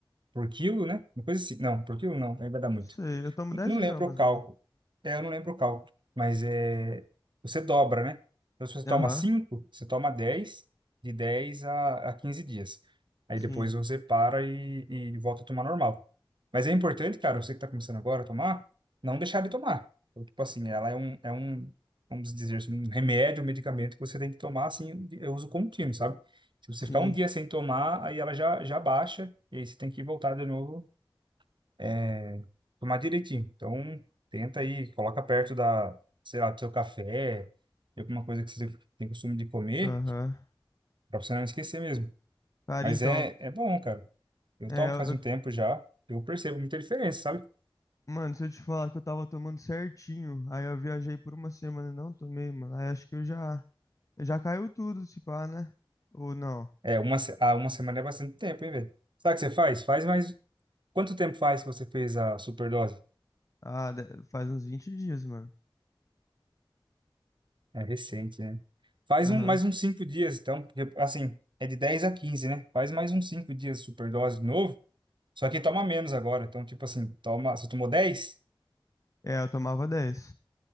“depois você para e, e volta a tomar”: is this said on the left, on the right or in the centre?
Right